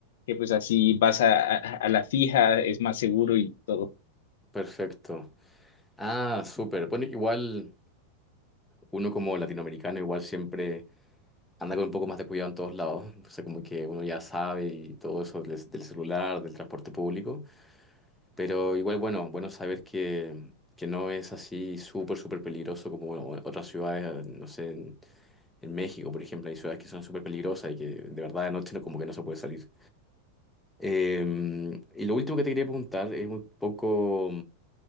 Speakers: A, on the left (about 55°); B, in the centre.
A: que pues así vas a, a- a la fija, es más seguro y todo.
B: perfecto. Ah, súper. Bueno, igual. uno como latinoamericano igual siempre anda con un poco más de cuidado en todos lados, <laughs> o sea, como que uno ya sabe y todo eso del, del celular, del transporte público, pero igual bueno, bueno saber que, que no es así súper, súper peligroso como bueno, otras ciudades, no sé, en, en México, por ejemplo, hay ciudades que son súper peligrosas y que de verdad de noche no- como que no se puede salir. Eh, y lo último que te quería preguntar es un poco,